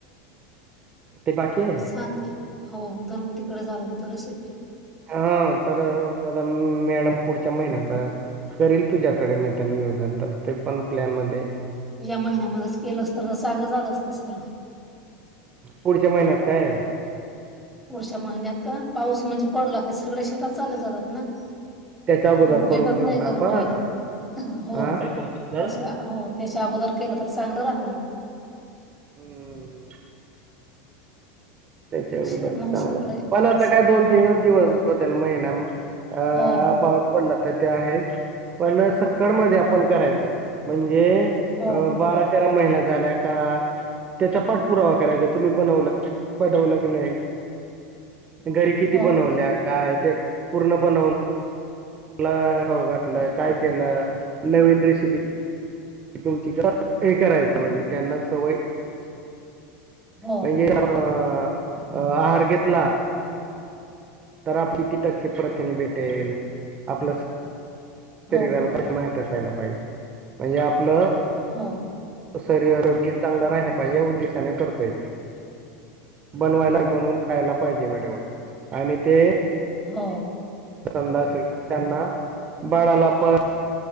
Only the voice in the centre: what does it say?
सां हो धनवतीिकडे झालं होत रेसिपी
या्या महिन्यामध्येच केलं अस तर चांगलं झालं असत सर.
पुढच्या महिन्यात का पाऊस म्हणजे पडला क सगळे शेतात चालले जातात ना.
मग
भेटत
नाही
घरी महिला हो.
त्याच्या
हो त्याच्या अगोदर केलं तर चांगलं राहणार.
शे मग
सगळे
हो
हो
हो
हो
हो
हो
हो
होम.
हो..